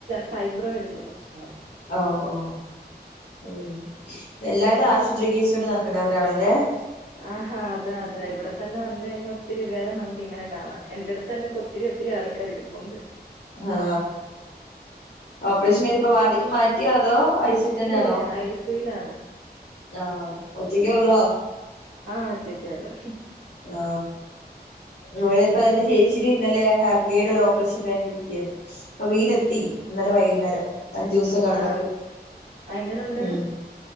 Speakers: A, on the right; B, on the left.
A: സൈബ്രോയിഡിന്റെ പ്രശ്നായിരുന്നു
B: ഒ ഓ ഉം എല്ലാരും ആശു <unintelligible>
A: ആ ഹ അതെ അതെ ഇവിടെ തന്നെ വന്നഴിഞ്ഞാ ത്തിരി പേരെ നമുക്ക് ഇങ്ങനെ കാണാം എന്റെ അടുത്തെന്നെ പ്പം ഒത്തിരി ഒത്തിരി ആൾക്കാര് രും ഒണ്ട്
B: ആ ഓപ്പറേഷൻ
A: ഉം
B: കഴിഞ്ഞപ്പോ വാർഡിക്ക് മാറ്റിയോ അതോ ഐസിയിൽ തന്നെയാണോ
A: ഇല്ല ഇല്ല ഐ സി യുലാണ്
B: ആ ഒറ്റക്കേ ഒള്ളോ
A: ആ ഒറ്റക്കള്ളൂ
B: ആ ഇവിടെ
A: ഉം
B: ഇപ്പ എന്റെ ചേച്ചിരി ഇന്നലെ ഹേ വേറൊരു ഓപ്പറേഷൻ കഴിഞ്ഞിരികായിരുന്നു പ്പം വീട് എത്തി ഇന്നലെ വൈകുന്നേരം അഞ്ചു ദിവസം കടന്നിട്ട്
A: ആ എങ്ങനുണ്ട്
B: ഉം